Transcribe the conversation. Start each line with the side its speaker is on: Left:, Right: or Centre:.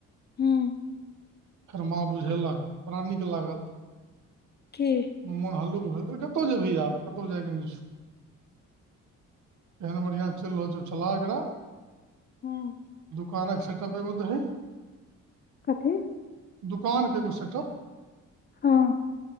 Left: हुँ -
Right: कर माँ बुझेलक बड़ा नीक लागल
Left: की
Right: मोन हल्ल कतहु जेबह आब क तो जाय के नै छ एहन बढ़िया चलि रहल छै छला एकरा
Left: हँ
Right: कहानक सेट पेग द ही
Left: कथे
Right: दुकान के एगो सेटप
Left: हँ